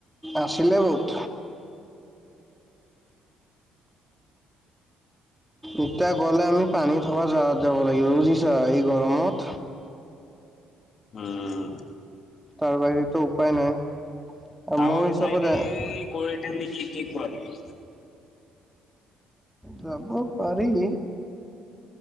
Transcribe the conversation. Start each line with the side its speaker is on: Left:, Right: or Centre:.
Centre: আছিলে বহুত। এতিয়া গ'লে আমি পানী থকা জাগাত যাব লাগিব বুজিছা? এই গৰমত।
Left: হুম।
Centre: তাৰ বাহিৰেতো উপায় নাই। আৰু
Left: টাৱাং
Centre: মোৰ হিচাপত
Left: চাইডে কৰি দিওঁ নেকি, কি কোৱা তুমি?
Centre: যাব পাৰি।